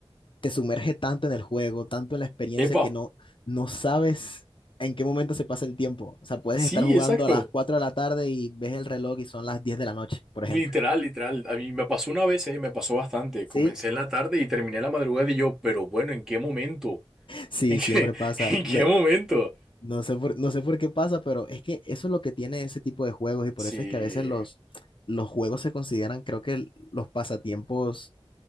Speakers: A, on the left (about 55°); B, in the centre.
A: te sumerge tanto en el juego, tanto en la experiencia
B: Epa,
A: que no, no sabes en qué momento se pasa el tiempo. O sea, puedes
B: sí,
A: estar jugando
B: exacto.
A: a las 4 de la tarde y ves el reloj y son las 10 de la noche, por
B: Literal,
A: ejemplo.
B: literal. A mí me pasó una vez, eh, me pasó bastante.
A: Sí,
B: Comencé en la tarde y terminé en la madrugada y yo, pero bueno, ¿en qué momento?
A: sí,
B: ¿En qué,
A: siempre pasa.
B: <laughs> en qué
A: No,
B: momento?
A: no sé por, no sé por qué pasa, pero es que eso es lo que tiene ese tipo de juegos y por
B: Sí,
A: eso es que a veces los, los juegos se consideran, creo que los pasatiempos